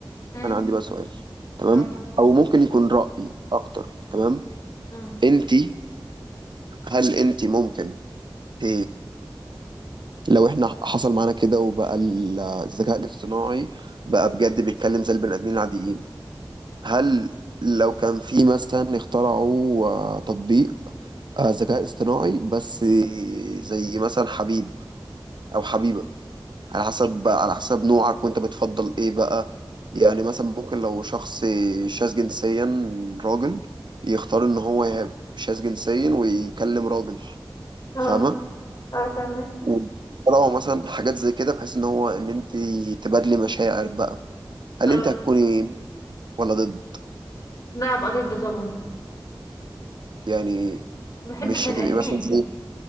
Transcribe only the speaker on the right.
انا عندي بقى سؤال تمام
او ممكن يكون رأي اكتر تمام
انت هل انت ممكن ت- لو احنا حصل معانا كده وبقى ال- الذكاء الاصطناعي بقى بجد بيتكلم زي البني ادمين العاديين هل لو كان في مثلا اخترعوا آه، تطبيق آه، ذكاء اصطناعي بس زي مثلا حبيب او حبيبة على حسب بقى على حسب نوعك وانت بتفضل ايه بقى يعني مثلا ممكن لو شخص شاذ جنسيا راجل يختار ان هو يبقى شاذ جنسيا ويكلم راجل
فاهمة
وطلعوا مثلا حاجات زي كده بحيث ان هو ان انت تبادلي مشاعر بقى هل
انت هتكوني ولا ضد
يعني
مش
هتبقي
مثلا زي